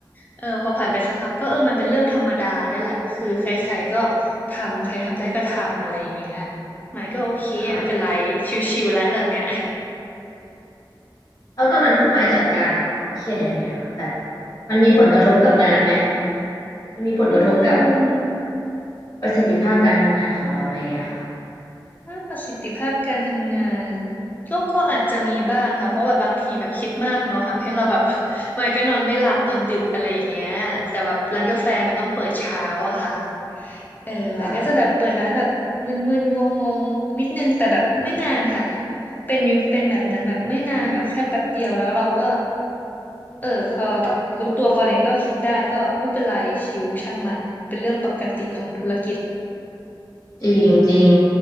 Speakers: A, on the left (about 20°); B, on the left (about 45°).
A: เออพอผ่านไปสักพักก็เออมันเป็นเรื่องธรรมดาเนี่ยแหละคือใครๆก็ทำใครทำได้ก็ทำอะไรอย่างเงี้ยไมค์ก็โอเคไม่เป็นไร
B: ค่ะ
A: ชิวๆแล้วตอนเนี้ย
B: แล้วตอนนั้นคุณไมค์จัดการกับความเครียดยังไงคะแบบมันมีผลกระทบกับงานไหมมันมีผลกระทบกับ
A: <laughs> อืม
B: ประสิทธิภาพการทำงานของเราไหมอะค่ะ
A: ถ้าประสิทธิภาพการทำงานก็ก็อาจจะมีบ้างค่ะเพราะแบบบางทีแบบคิดมากเนาะทำให้เราแบบ <laughs> วันก็นอนไม่หลับนอนดึกอะไรอย่างเงี้ยแต่ว่าร้านกาแฟมันต้องเปิดเช้าอะค่ะเออไว้ก็จะแบบเปิดร้านแบบมึนๆงงๆนิดนึงแต่แบบไม่นานค่ะ
B: ค่ะ
A: เป็นอยู่เป็นแบบนั้นแบบไม่นานแบบแค่แป๊บเดียวแล้วเราก็เออพอแบบรู้ตัวพออะไรก็คิดได้ก็ไม่เป็นไรชิวช่างมันเป็นเรื่องปกติของธุรกิจ
B: จริงจริง